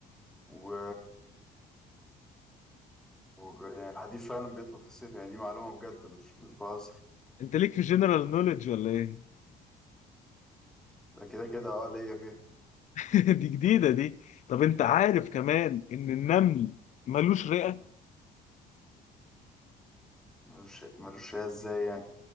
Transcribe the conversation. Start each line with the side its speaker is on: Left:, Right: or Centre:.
Centre: و... و يعني الحديد فعلا بيطول في الصيف يعني دي معلومة بجد مش مش بهزر
Left: انت ليك في جنرال نوليدج ولا ايه
Centre: ده كده كده اه ليا فيها
Left: <laughs> دي جديده دي طب انت عارف كمان ان النمل ملوش رئه
Centre: ملوش ملوش فيها ازاي يعني